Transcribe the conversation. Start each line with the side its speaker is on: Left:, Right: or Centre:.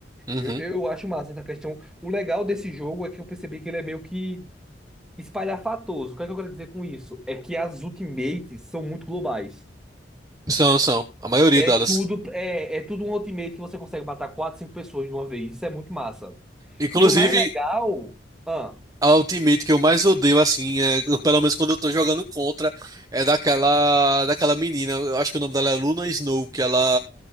Right: Uhum.
Centre: Eu, eu acho massa essa questão. O legal desse jogo é que eu percebi que ele é meio que espalhafatoso. O que é que eu quero dizer com isso? É que as ultimates são muito globais.
Right: São, são. A maioria
Centre: É
Right: delas.
Centre: tudo, é, é tudo um ultimate que você consegue matar 4, 5 pessoas de uma vez. Isso é muito massa.
Right: Inclusive,
Centre: E o mais legal, ah,
Right: a ultimate que eu mais odeio, assim, é, pelo menos quando eu tô jogando contra, é daquela, daquela menina. Eu acho que o nome dela é Luna Snow, que ela